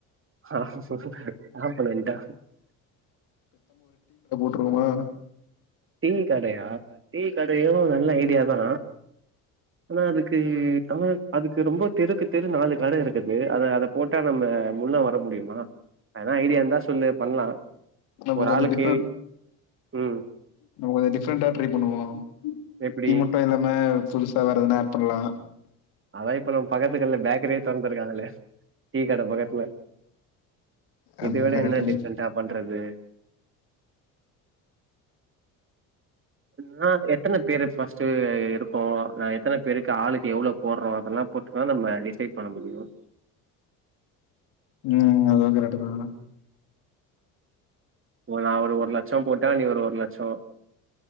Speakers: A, on the right; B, on the left.
A: ஆஹ ஆப்பனன்ட்டா
B: ட்டுருவோமா
A: டீ கடையா டீ கடயு நல்ல ஐடியாதா ஆனா அதுக்கு அ அதுக்கு ரொம்ப தெருக்கு தெரு நாலு கட இருக்குது அத அத போட்டா நம்ம முன்ன வர முடியுமா எ தனா ஐடியா இருந்தா சொல்லு பண்லா
B: நம்ம
A: ஒரு
B: கொஞ்ச
A: ஆளுக்கு
B: டிஃப்ரெண்ட்
A: உம்
B: நம்ம கொஞ்ச டிஃப்ரெண்ட்டா ட்ரை பண்ணுவோ
A: எப்டி
B: டீ மட்டு இல்லாம புதுசா வேறெதுனா ஆட் பண்லா
A: அதா இப்ப நம்ம பக்கத்து கடைல பேக்கரியே தொறந்துருக்காங்களே டீ கட பக்கத்துல
B: அதுவு
A: இத விட
B: கரெக்ட்
A: என்ன
B: தா
A: டிஃப்ரெண்டா பண்றது நா எத்தன பேரு ஃபர்ஸ்ட் இருக்கோ எத்தன பேருக்கு ஆளுக்கு எவ்ளோ போடுறோ அதெல்லா பொறுத்துதா நம்ம டிஸை பண்ண முடியு
B: உம் அது கரக்ட்டுதா
A: இப்ப நா ஒரு ஒரு லட்சம் போட்டா நீ ஒரு ஒரு லட்சொ